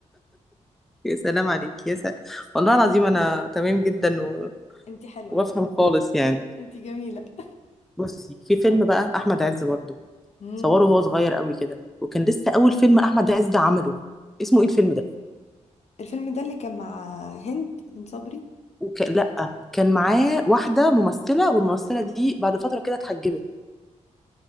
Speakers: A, in the centre; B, on the left.
A: يا سلام عليك يا سلام والله العظيم انا تمام جدا و...
B: <laughs> انت حلوه
A: وبفهم
B: انت حلوه
A: خالص يعني
B: انت جميله <laughs>
A: بصي في فيلم
B: طب
A: بقى
B: يلا
A: احمد عز برضه
B: مم.
A: صوره وهو صغير قوي كده وكان لسه اول فيلم احمد عز عمله اسمه ايه الفيلم ده
B: الفيلم ده اللي كان مع هند هند صبري
A: وك... لا كان معاه واحده ممثله والممثله دي بعد فتره كده اتحجبت